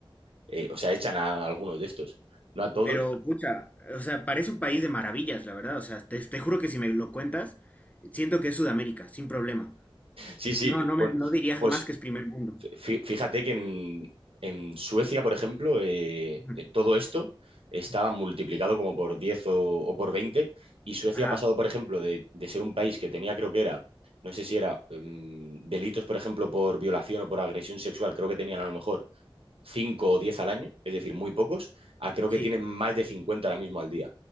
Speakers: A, on the right (about 85°); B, on the left (about 15°).
A: eh, o sea, echan a algunos de estos, no a todos,
B: pero pucha, o sea, parece un país de maravillas, la verdad. O sea, te, te juro que si me lo cuentas, siento que es Sudamérica, sin problema.
A: Sí, sí,
B: No,
A: pi-
B: no me,
A: bueno,
B: no diría jamás
A: pues
B: que es primer mundo.
A: fí- fíjate que en, en Suecia, por ejemplo, eh,
B: Ujú.
A: eh, todo esto estaba multiplicado como por diez o, o por 20. y Suecia
B: Ajá,
A: ha pasado, por ejemplo, de, de ser un país que tenía, creo que era, no sé si era em, delitos, por ejemplo, por violación o por agresión sexual, creo que tenían a lo mejor 5 o 10 al año, es decir, muy pocos, a creo
B: sí.
A: que tienen más de 50 ahora mismo al día.